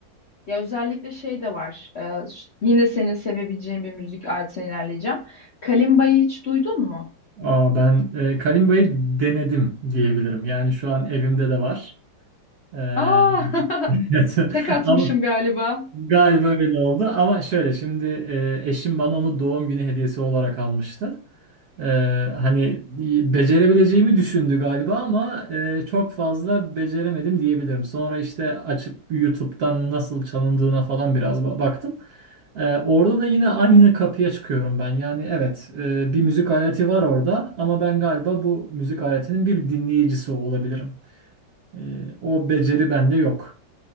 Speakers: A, on the left; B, on the right.
A: Ya özellikle şey de var. e, yine senin sevebileceğin bir müzik aletine ilerleyeceğim. Kalimba'yı hiç duydun mu?
B: Aa, ben e, Kalimba'yı denedim diyebilirim. Yani şu an evimde de var. Ee, <laughs>
A: Aa,
B: evet.
A: <laughs> tek atmışım
B: Ama
A: galiba.
B: galiba öyle oldu. Ama şöyle şimdi e, eşim bana onu doğum günü hediyesi olarak almıştı. Ee, hani becerebileceğimi düşündü galiba ama e, çok fazla beceremedim diyebilirim. Sonra işte açıp YouTube'dan nasıl çalındığına falan biraz ba- baktım. Ee, orada da yine aynı kapıya çıkıyorum ben. Yani evet e, bir müzik aleti var orada ama ben galiba bu müzik aletinin bir dinleyicisi olabilirim. Ee, o beceri bende yok.